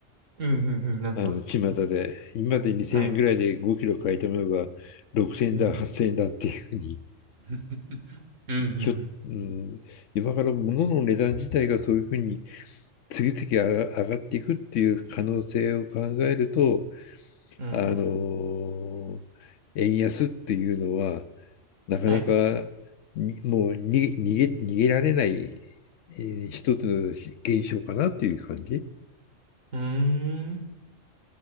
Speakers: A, on the right; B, on the left.
A: うんうんうん。なってます。
B: あの、巷で。今まで2000円ぐらいで5キロ買えたものが6000円だ、
A: はい。うん。
B: 8000円だっていうふうに。<laughs>
A: <laughs> うんうん
B: ひょ、うん、今から物の値段自体がそういうふうに次々上がっていくっていう可能性を考えると、
A: うん。うん
B: あの、円安っていうのは、なかなかにもうに逃げ、
A: はい。
B: 逃げられない、えー一つの現象かなっていう感じ。
A: うーん。